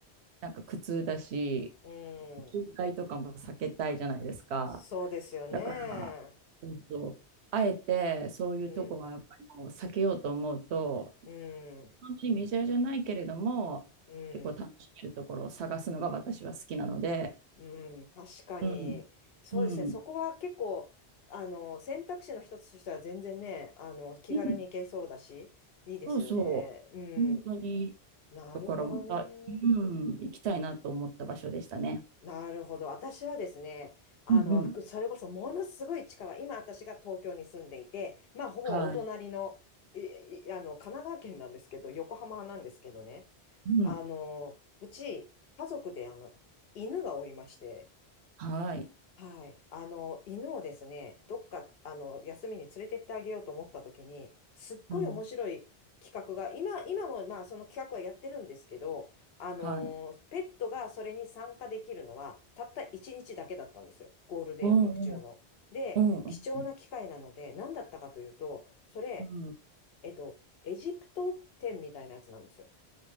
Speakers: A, on the right; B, on the left.
A: なんか苦痛だし、
B: うん。
A: 渋滞とかも避けたいじゃないですか。
B: そうですよね。
A: だから、そうそう。あえてそういうとこはやっぱりもう避けようと思うと、
B: うん、うん、
A: 本当にメジャーじゃないけれども、
B: うん、
A: 結構楽しめるところを探すのが私は好きなので、
B: うん、確かに。
A: うん、
B: そうですね。
A: うん、
B: そこは結構、あの、選択肢の一つとしては全然ね、あの、気軽に行けそうだし、
A: うん、
B: いいですよね。
A: そうそう、
B: う
A: 本当に。
B: ん。なるほどね。
A: ところも、あうん、行きたいなと思った場所でしたね。
B: なるほど。私はですね、あの、
A: うんうん。
B: くそれこそものすごい近い、今私が東京に住んでいて、まあ、ほぼお隣の、
A: はい。
B: いいあの、神奈川県なんですけど、横浜なんですけどね、
A: うん。
B: あの、うち、家族で、あの、犬がおりまして、
A: はい。
B: はい。あの、犬をですね、どっか、あの、休みに連れてってあげようと思ったときに、すっごい面白い企画が、
A: うん。
B: 今、今も、まあ、その企画はやってるんですけど、あの、
A: はい。
B: ペットがそれに参加できるのは、たった1日だけだったんですよ。ゴールデンウィーク中の。
A: おうおう。
B: で、
A: おううん。
B: 貴重な機会なので、何だったかというと、それ、
A: う
B: えっと、エジプト展みたいなやつなんですよ。